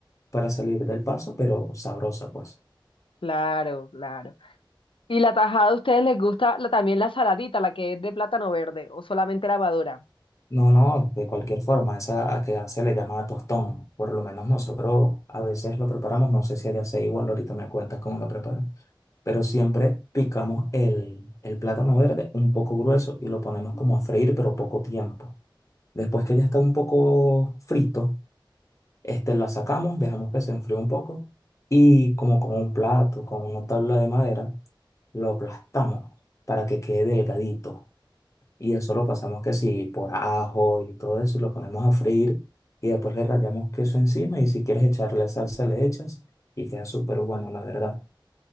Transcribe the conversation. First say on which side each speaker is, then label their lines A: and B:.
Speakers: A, on the left; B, on the left.
A: para salir del paso, pero sabrosa, pues.
B: Claro, claro. ¿Y la tajada a ustedes les gusta la- también la saladita, la que es de plátano verde o solamente la madura?
A: No, no, de cualquier forma, esa a que se le llama tostón. Por lo menos nosotros a veces lo preparamos, no sé si allá sea igual, ahorita me cuentas cómo lo preparan. Pero siempre picamos el, el plátano verde un poco grueso y lo ponemos como a freír, pero poco tiempo. Después que ya está un poco frito, este lo sacamos, dejamos que se enfríe un poco y como con un plato, con una tabla de madera, lo aplastamos para que quede delgadito y eso lo pasamos que si por ajo y todo eso, y lo ponemos a freír y después le rallamos queso encima y si quieres echarle salsa le echas y queda súper bueno, la verdad.